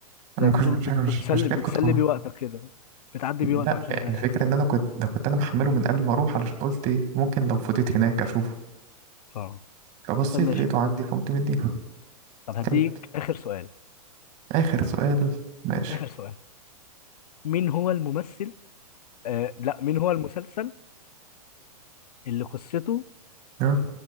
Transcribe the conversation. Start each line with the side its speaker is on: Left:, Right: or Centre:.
Right: أنا
Left: زي
Right: ما
Left: بتقول
Right: كنتش مش
Left: بت...
Right: حاجة مش,
Left: بتسلي
Right: مش حاجات
Left: بتسلي
Right: كنت مه-
Left: بيه وقتك كده بتعدي
Right: لا
Left: بيه وقتك عشان زهقان
Right: الفكرة إن أنا كنت ده كنت أنا محمله من قبل ما أروح علشان قلت إيه ممكن لو فضيت هناك أشوفه
Left: اه
Right: فبصيت
Left: طب ماشي
Right: لقيته عندي فقمت مديه
Left: طب هديك
Right: كمل
Left: آخر سؤال
Right: آخر سؤال ماشي
Left: آخر سؤال مين هو الممثل آه لا مين هو المسلسل اللي قصته
Right: جرب